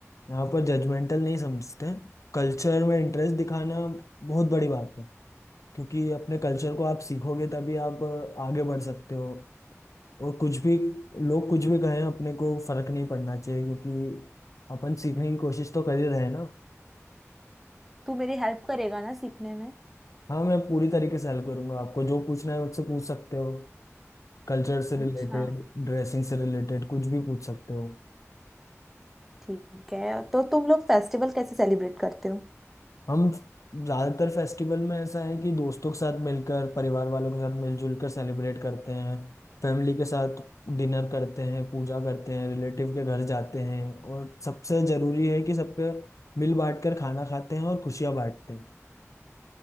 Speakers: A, on the left; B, in the centre.
A: यहाँ पर जजमेंटल नहीं समझते कल्चर में इंटरेस्ट दिखाना बहुत बड़ी बात है क्योंकि अपने कल्चर को आप सीखोगे तभी आप अ, आगे बढ़ सकते हो और कुछ भी लोग कुछ भी कहें अपने को फर्क नहीं पड़ना चाहिए क्योंकि अपन सीखने की कोशिश तो कर ही रहे हैं ना
B: तू मेरी हेल्प करेगा ना सीखने में
A: हाँ मैं पूरी तरीके से हेल्प करूंगा आपको जो पूछना है मुझसे पूछ सकते हो कल्चर से
B: अच्छा
A: रिलेटेड ड्रेसिंग से रिलेटेड कुछ भी पूछ सकते हो
B: ठीक है तो तुम लोग फेस्टिवल कैसे सेलिब्रेट करते हो
A: हम ज्यादातर फेस्टिवल में ऐसा है कि दोस्तों के साथ मिलकर परिवार वालों के साथ मिलजुल कर सेलिब्रेट करते हैं फैमिली के साथ डिनर करते हैं पूजा करते हैं रिलेटिव के घर जाते हैं और सबसे जरूरी है कि सबके मिल बांट कर खाना खाते हैं और खुशियां बांटते हैं